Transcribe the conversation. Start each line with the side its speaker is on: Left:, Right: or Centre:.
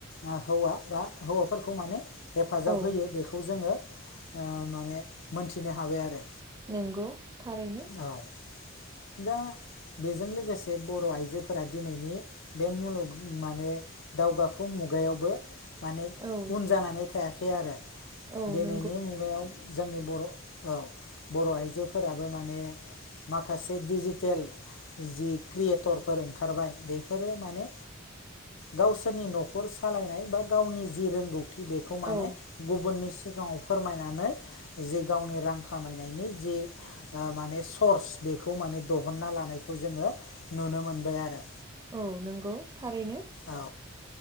Left: ओ हौवा बा हौवाफोरखौ माने हेफाजाब
Right: औ
Left: होयो बेखौ जोङो ओ माने मोनथिनो हाबाय आरो।
Right: नोंगौ थारैनो
Left: औ दा बेजों लोगोसे बर' आइजोफोरा दिनैनि बे मुलुग माने दावगाफुं मुगायावबो माने
Right: औ
Left: उन जानानै थायाखै आरो
Right: औ
Left: दिनैनि
Right: नंगौ
Left: मुगायाव जोंनि बर' औ बर' आइजोफोराबो माने माखासे बे डिजिटेल जि क्रियेटरफोर ओंखारबाय बेफोरो माने गावसोरनि न'खर सालायनाय बा गावनि जि रोंगौथि बेखौ माने
Right: औ
Left: गुबुननि सिगाङाव फोरमायनानै जि गावनि रां खामायनायनि जि ओ माने सर्स बेखौ माने दहनना लानायखौ जोङो नुनो मोनबाय आरो।
Right: औ नोंगौ थारैनो
Left: औ